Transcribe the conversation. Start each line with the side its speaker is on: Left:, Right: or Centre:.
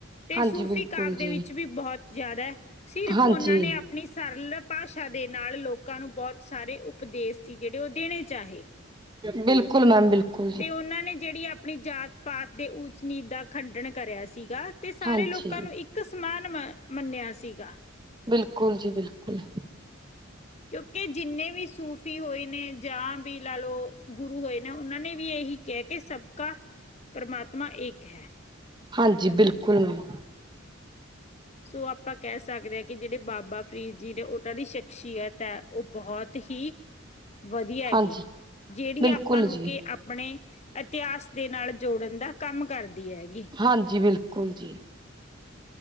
Left: ਤੇ
Right: ਹਾਂਜੀ
Left: ਸੂਫ਼ੀ
Right: ਬਿਲਕੁਲ
Left: ਕਾਵ ਦੇ
Right: ਜੀ
Left: ਵਿੱਚ ਵੀ ਬਹੁਤ ਜ਼ਿਆਦਾ ਹੈ, ਸਿਰਫ
Right: ਹਾਂਜੀ।
Left: ਉਹਨਾਂ ਨੇ ਆਪਣੀ ਸਰਲ ਭਾਸ਼ਾ ਦੇ ਨਾਲ ਲੋਕਾਂ ਨੂੰ ਬਹੁਤ ਸਾਰੇ ਉਪਦੇਸ਼ ਸੀ ਜਿਹੜੇ ਉਹ ਦੇਣੇ ਚਾਹੇ
Right: ਬਿਲਕੁਲ ਮੈਮ ਬਿਲਕੁਲ। ਜੀ
Left: ਤੇ ਉਹਨਾਂ ਨੇ ਜਿਹੜੀ ਆਪਣੀ ਜਾਤ ਪਾਤ ਦੇ ਉੱਚ ਨੀਚ ਦਾ ਖੰਡਨ ਕਰਿਆ ਸੀਗਾ। ਤੇ ਸਾਰੇ
Right: ਹਾਂਜੀ
Left: ਲੋਕਾਂ ਨੂੰ ਇੱਕ ਸਮਾਨ ਮ ਮੰਨਿਆ ਸੀਗਾ।
Right: ਬਿਲਕੁਲ ਜੀ ਬਿਲਕੁਲ।
Left: ਕਿਉਂਕਿ ਜਿੰਨੇ ਵੀ ਸੂਫ਼ੀ ਹੋਏ ਨੇ ਜਾਂ ਵੀ ਲਾ ਲਓ ਗੁਰੂ ਹੋਏ ਨੇ ਉਹਨਾਂ ਨੇ ਵੀ ਇਹੀ ਕਿਹਾ ਕਿ ਸਬਕਾ, ਪ੍ਰਮਾਤਮਾ ਇੱਕ ਹੈ।
Right: ਹਾਂਜੀ ਬਿਲਕੁਲ ਮੈਮ
Left: ਸੋ ਆਪਾਂ ਕਹਿ ਸਕਦੇ ਹਾਂ ਕਿ ਜਿਹੜੇ ਬਾਬਾ ਫਰੀਦ ਜੀ ਨੇ ਉਹਨਾਂ ਦੀ ਸ਼ਖਸੀੀਅਤ ਹੈ ਉਹ ਬਹੁਤ ਹੀ ਵਧੀਆ ਹੈਗੀ,
Right: ਹਾਂਜੀ
Left: ਜਿਹੜੀ
Right: ਬਿਲਕੁਲ
Left: ਆਪਾਂ ਨੂੰ
Right: ਜੀ
Left: ਕਿ ਆਪਣੇ ਇਤਿਹਾਸ ਦੇ ਨਾਲ ਜੋੜਨ ਦਾ ਕੰਮ ਕਰਦੀ ਹੈਗੀ।
Right: ਹਾਂਜੀ ਬਿਲਕੁਲ ਜੀ